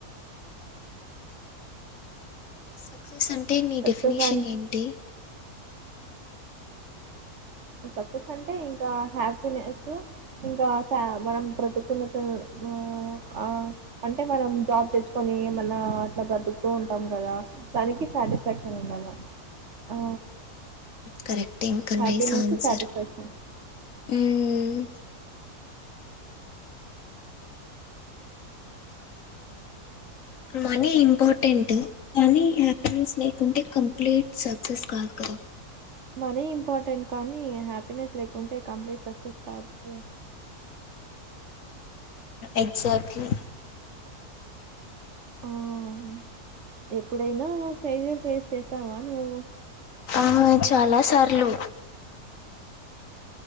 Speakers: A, on the left; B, on the right.
A: సక్సెస్ అంటే నీ
B: సక్సెస్
A: డెఫినీషన్
B: అంటే
A: ఏంటి
B: సక్సెస్ అంటే ఇంకా హ్యాపీనెస్సు ఇంకా సా మనం బ్రతికున్నంత ఊ ఆ అంటే మనం జాబ్ తెచ్చుకొని ఏమన్నా అట్లా బతుకుతూ ఉంటాం కదా దానికి సాటిస్ఫాక్షన్ ఉండాల ఆ
A: కరెక్టే ఇంక
B: హ్యాపీనెస్
A: నైస్ ఆన్సర్
B: సాటిస్ఫాక్షన్
A: ఉమ్ మనీ ఇంపార్టెంటు కానీ హ్యాపీనెస్ లేకుంటే కంప్లీట్ సక్సెస్ కాదు కదా
B: మనీ ఇంపార్టెంట్ కానీ హ్యాపీనెస్ లేకుంటే కంప్లీట్ సక్సెస్ కాదు కదా
A: ఎగ్సాక్ట్లీ
B: ఆ ఎప్పుడైనా ఫెయిల్యూర్ ఫేస్ చేసావా నువ్వు
A: ఆ చాలా సార్లు